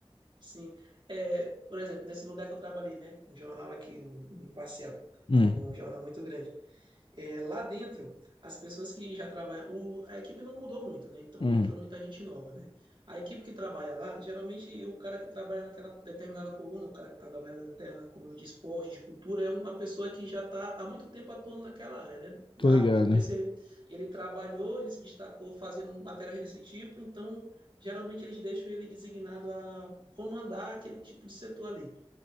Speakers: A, on the right; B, on the left.
A: sim. É, por exemplo, nesse lugar que eu trabalhei, né? Um jornal aqui, um, um Imparcial,
B: Hum,
A: que é um jornal muito grande. É, lá dentro, as pessoas que já trabalham. o- a equipe não mudou muito, né? Então
B: hum,
A: não entrou muita gente nova, né? A equipe que trabalha lá, geralmente o cara que trabalha naquela determinada coluna, o cara que está trabalhando na determinada coluna de esporte, de cultura, é uma pessoa que já está há muito tempo atuando naquela área, né?
B: tô
A: E, ah,
B: ligado.
A: no começo ele, ele trabalhou, ele se destacou fazendo matérias desse tipo, então geralmente eles deixam ele designado a comandar aquele tipo de setor ali.